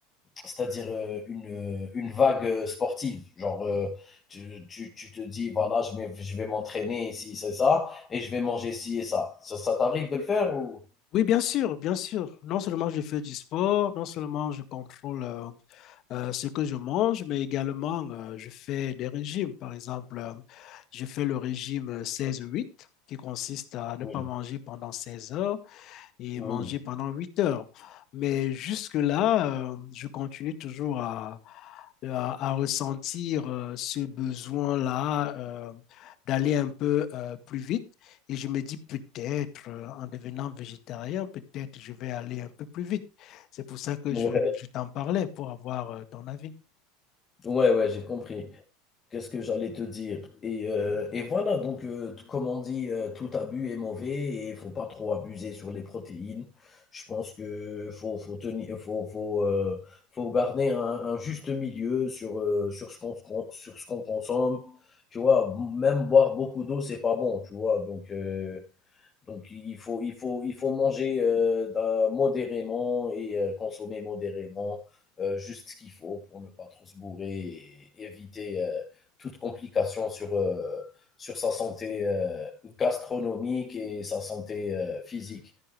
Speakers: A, on the left; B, on the left.
A: c'est-à-dire euh, une, euh, une vague euh, sportive. Genre, euh, tu, tu, tu te dis, voilà, je vais, je vais m'entraîner ici, c'est ça, et je vais manger ci et ça. Ça, ça t'arrive de le faire ou?
B: Oui, bien sûr, bien sûr. Non seulement je fais du sport, non seulement je contrôle euh, euh, ce que je mange, mais également euh, je fais des régimes. Par exemple, euh, je fais le régime euh, 16-8 qui consiste à
A: Oui,
B: ne pas manger pendant 16 heures et
A: oui.
B: manger pendant 8 heures. Mais jusque-là, euh, je continue toujours à, à, à ressentir euh, ce besoin-là euh, d'aller un peu euh, plus vite. Et je me dis peut-être, euh, en devenant végétarien, peut-être je vais aller un peu plus vite. C'est pour ça que
A: Ouais,
B: je, je t'en parlais, pour avoir euh, ton avis.
A: ouais, ouais, j'ai compris. Qu'est-ce que j'allais te dire? Et, euh, et voilà, donc euh, t- comme on dit, euh, tout abus est mauvais et il faut pas trop abuser sur les protéines. Je pense que faut faut tenir, faut faut euh, faut garder un, un juste milieu sur euh, sur ce qu'on qu'on- sur ce qu'on consomme. Tu vois, même boire beaucoup d'eau, c'est pas bon. Tu vois, donc euh, donc il faut, il faut, il faut manger euh, modérément et euh, consommer modérément euh, juste ce qu'il faut pour ne pas trop se bourrer et éviter euh, toute complication sur, euh, sur sa santé euh, gastronomique et sa santé euh, physique.